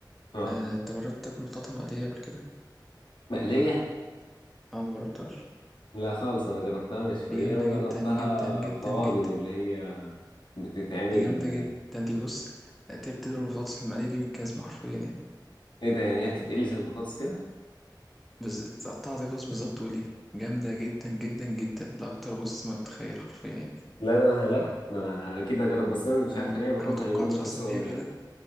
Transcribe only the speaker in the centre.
آه، انت جربت تاكل بطاطا مقليه قبل كده
اه مجربتهاش
دي جامده
جدا جدا جدا
جدا
دي جامده جدا دي بص تقدر تضرب البطاطس المقليه دي بالجزمه حرفيا يعني
بز... تقطعها زي الفلوس بالظبط وقليها جامدة جدا جدا جدا لأكتر بص ما تتخيل حرفيا يعني
أنا
أنا متوقعتش
أصلا
إن
هي كده